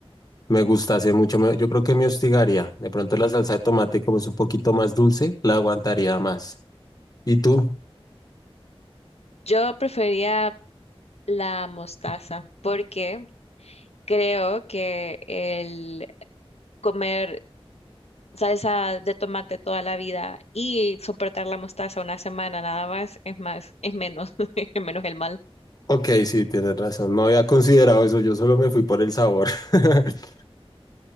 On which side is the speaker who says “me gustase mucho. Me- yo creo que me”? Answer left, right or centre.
Left